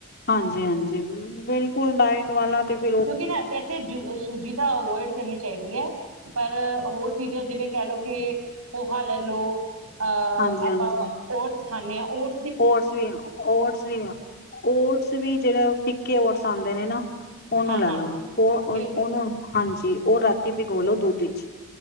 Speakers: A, on the left; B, on the right.
A: ਹਾਂਜੀ-ਹਾਂਜੀ ਬਿਲਕੁਲ ਡਾਇਟ ਵਾਲਾ ਤੇ ਫਿਰ ਉਹ
B: ਕਿਉਂਕਿ ਨਾ ਵੈਸੇ ਸੂਜੀ ਤਾਂ ਅਵੋਇਡ ਕਰਨੀ ਚਾਹੀਦੀ ਹੈ। ਪਰ ਹੋਰ ਚੀਜ਼ਾਂ ਜਿਵੇਂ ਕਹਿ ਲਓ ਕਿ ਪੋਹਾ ਲੈ ਲਓ। ਅਹ
A: ਹਾਂਜੀ-ਹਾਂਜੀ
B: ਆਪਾਂ ਰ ਖਾਂਦੇ ਹਾਂ ਉਹ
A: ਓਟਸ ਵੀ ਆ ਓਟਸ ਵੀ ਆ ਓਟਸ ਵੀ ਜਿਹੜਾ ਫਿੱਕੇ ਓਟਸ ਆਦੇ ਨੇ ਨਾ, ਉਹਨੂੰ
B: ਹਾਂ
A: ਲਾ
B: ਹਾਂ
A: ਲੋ
B: ਹਾਂ
A: ਉਹ
B: ਬਿਲਕੁਲ
A: ਉਹਨੂੰ ਹਾਂਜੀ ਉਹ ਰਾਤੀ ਭਿਗਾ ਲੋ ਦੁੱਧ ਵਿੱਚ